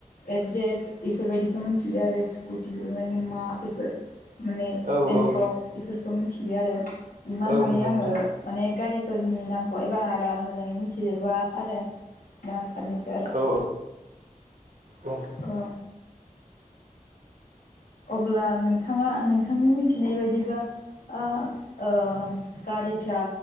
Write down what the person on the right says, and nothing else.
औ
औ
औ
नंगौ
नोंथां
औ औ